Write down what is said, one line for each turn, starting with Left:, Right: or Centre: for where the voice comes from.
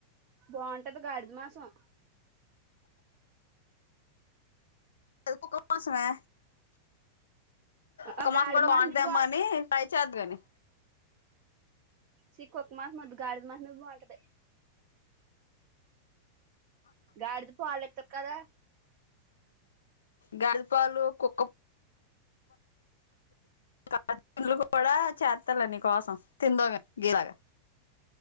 Right: బాగుంటది గడిది మాసం
Left: అది కుక్క మాసమే ఒక
Right: ఆ
Left: మాన
Right: గాడిద
Left: కూడా బాగుంటేమ్మ
Right: మాసమే
Left: అని పై చేద్దగాని
Right: చిక్కక్క మాసం వద్దు గారిది మాసమే బాంటది గాడిద స్వాల త కద
Left: గాజుపలు కుక్క కాజలు <unintelligible> కూడా చేస్తారు నీ కోసం తిందామే గీలాగా